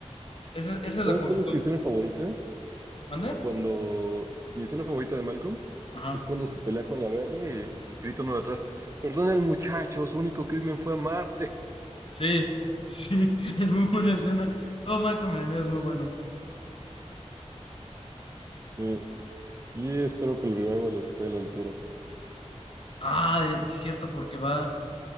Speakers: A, on the left; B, on the right.
A: Esa, esa es
B: ¿Sabes
A: la juventud.
B: cuál es mi escena favorita?
A: ¿Mande?
B: cuando mi escena favorita de Malcolm
A: Ajá.
B: es cuando se pelea con la Bernie y el grito no de atrás, perdona el muchacho, su único crimen fue amarte.
A: Sí, sí, <laughs> es muy buena escena. Todo mal con Meme es muy bueno.
B: Sí, y espero que el revival esté a la altura.
A: Ah, de- sí, cierto, porque va,